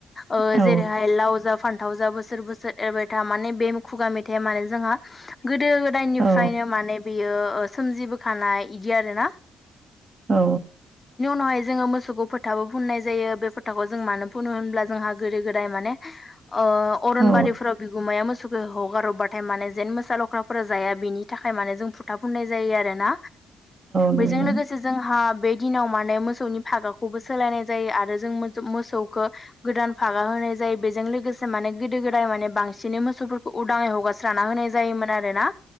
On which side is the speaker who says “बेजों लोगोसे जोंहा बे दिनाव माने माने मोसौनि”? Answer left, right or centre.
Left